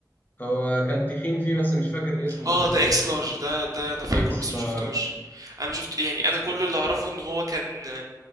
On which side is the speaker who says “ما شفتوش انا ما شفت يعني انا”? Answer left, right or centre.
Right